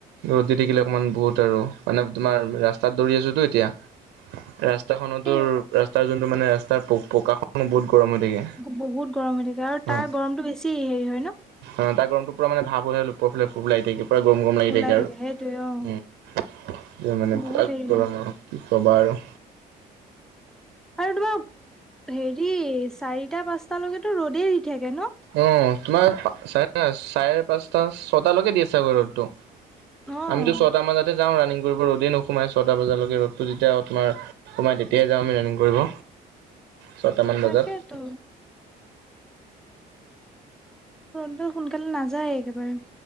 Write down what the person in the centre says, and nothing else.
সেই
বহুত গৰম হৈ থাকে আৰু
তাৰ গৰমটো বেছি হেৰি হয় ন
ওলাই
সেইটোৱে অ
বহুত হেৰি
হয়
আৰু তোমাৰ হেৰি চাৰিটা পাঁচটালৈকেতো ৰ'দেই দি থাকে ন।
অ',
তাকেতো
ৰ'দ ডাল সোনকালে নাযায় একেবাৰে-